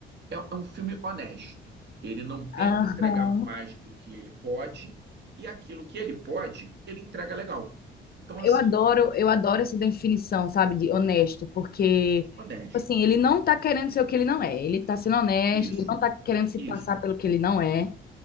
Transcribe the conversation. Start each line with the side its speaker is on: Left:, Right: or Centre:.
Right: É, é um filme honesto. Ele não tenta
Left: Aham.
Right: entregar mais do que ele pode, e aquilo que ele pode, ele entrega legal. Então, assim,
Left: Eu adoro, eu adoro essa definição, sabe, de honesto, porque
Right: honesto.
Left: tipo assim, ele não tá querendo ser o que ele não é. Ele tá sendo honesto,
Right: Isso,
Left: ele não tá querendo se
Right: isso,
Left: passar pelo que ele não é,